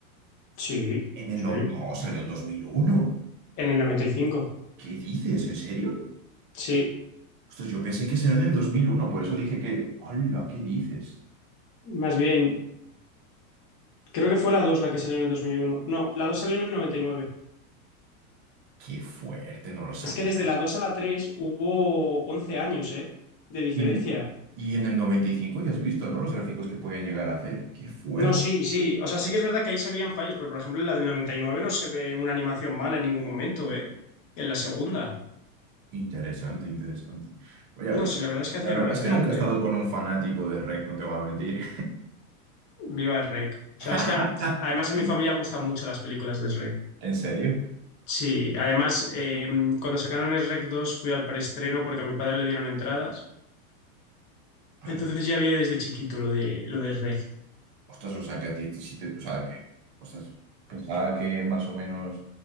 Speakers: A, on the left (about 30°); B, on the right (about 30°).
A: Sí,
B: En
A: sí.
B: el no, no, salió en 2001.
A: En el 95.
B: ¿Qué dices? ¿En serio?
A: Sí,
B: Ostras, yo pensé que salió en el 2001. por eso dije que, hola, ¿qué dices?
A: más bien. Creo que fue la 2 la que salió en el 2001. No, la 2 salió en el 99.
B: Qué fuerte, no lo sabía.
A: Es que desde la dos a la 3 hubo 11 años, ¿eh? De diferencia.
B: Y en el, y en el 95 ya has visto, ¿no? Los gráficos que podían llegar a hacer. Qué fuerte.
A: No, sí, sí. O sea, sí que es verdad que ahí se veían fallos, pero por ejemplo en la del 99 no se ve una animación mala en ningún momento, ¿eh? En la segunda.
B: Interesante, interesante. Oye,
A: No,
B: pues
A: sí, la verdad es que
B: la
A: hacían
B: verdad
A: obras
B: es
A: de
B: que nunca
A: arte.
B: he estado
A: ¿eh?
B: con un fanático de REC, no te voy a mentir.
A: Viva el REC. O
B: <laughs>
A: sea, es que además a mi familia gustan mucho las películas de REC.
B: ¿En serio?
A: Sí, además, eh, cuando sacaron el REC 2 fui al preestreno porque a mi padre le dieron entradas.
B: Al
A: Entonces ya viene desde chiquito lo de lo de REC.
B: Ostras, o sea, que a ti sí te... O sea, que... Ostras, pensaba que más o menos...